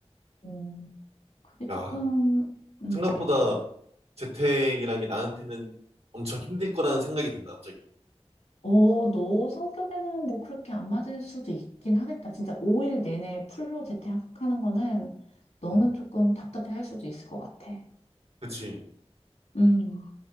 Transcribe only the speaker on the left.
음, 그게 조금,
음,
어, 너 성격에는 뭐 그렇게 안 맞을 수도 있긴 하겠다. 진짜 5일 내내 풀로 재택하는 거는 너는
조금 답답해 할 수도 있을 것 같아.
음,